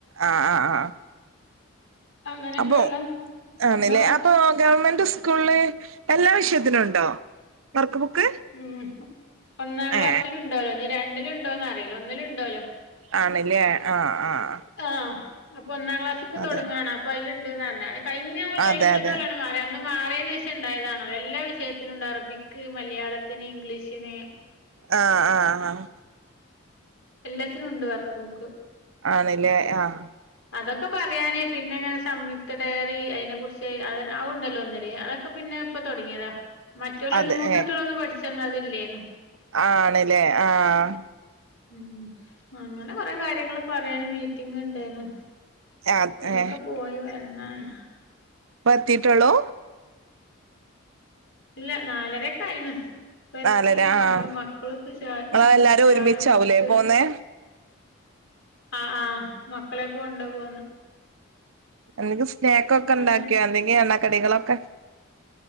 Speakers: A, on the right; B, on the left.
A: ആഹ ആഹ ആഹ
B: അങ്ങനെയൊക്കെയുള്ള
A: അപ്പോ ആണല്ലേ
B: നിങ്ങള്
A: അപ്പൊ ഗവൺമെന്റ് സ്കൂളിൽ എല്ലാ വിഷയത്തിനും ഉണ്ടോ വർക്ക് ബുക്ക്
B: ഉം ഒന്നാം ക്ലാസ്സിലുണ്ടല്ലോ
A: ഏ
B: രണ്ടില ഉണ്ടോന്ന് അറിയില്ല ഒന്നിലുംണ്ടോല്ലോ
A: ആണല്ലേ ആഹ് ആഹ്
B: ആഹ് അപ്പൊ ഒന്നാം ക്ലാസ് ഇപ്പ
A: അതെ
B: തുടങ്ങുകയാണ് അപ്പ അലുണ്ട്ന്ന് പറഞ്ഞ കഴിഞ്ഞ പോലെ
A: അതെ
B: അയ്ന് മുന്നത്തെ
A: അതെ
B: കൊല്ലാണ് മാറ ന്ന് മാറിയന് ശേഷം ഉണ്ടായതാണോ എല്ലാ വിഷയത്തിനും ഉണ്ട് അറബിക് മലയാളത്തിന് ഇംഗ്ലീഷിന്
A: ആഹ് ആഹ് ആഹ്
B: എല്ലാത്തിനും ഉണ്ട് വർക്ക് ബുക്ക്
A: ആണല്ലേ ആഹ
B: അതൊക്കെ പറയാന് പിന്നെങ്ങനെ സംയുക്ത ഡയറി അതിനെ കുുറിച്ച് ആ ഉണ്ടല്ലോ ഒന്നിൽ അതൊക്കെ പിന്നെ പ്പ തൊടങ്ങിയതാ മറ്റുള്ള
A: അതെ
B: ഒന്ന് മൂത്തൊട്ടികൊന്നും
A: ഏ
B: പഠിച്ച തന്ന അതില്ലേന്നു
A: ആണല്ലേ ആഹ്
B: ഉം അങ്ങനെ കൊറെ കാര്യങ്ങള് പറയാന് മീറ്റിംഗ ഉണ്ടായിന്ന്
A: അത്
B: അയ്നൊക്കെ
A: ഏ
B: പോയി വന്നാണ്
A: പ്പ ത്തിട്ടുള്ളൂ
B: ഇല്ല നാലരൊക്കെ ആയിണ് രത്തി
A: നാലര
B: മക്ക
A: ആഹ്
B: മക്കളൊക്കെ ചായ
A: നിങ്ങള്
B: ഉ
A: എല്ലാരും
B: ചായ
A: ഒരുമിച്ചാവൂലേ
B: കൊടുത്ത്
A: പോന്നേ
B: ആ ആ മക്കളെൊക്കെ കൊണ്ട് പോന്ന്.
A: എന്തെങ്കിസ്നേക്ക് ഒക്കെ ഉണ്ടാക്കിയോ?
B: അങ്ങനെ
A: എന്തെങ്കിൽ എണ്ണക്കടികളൊക്കെ?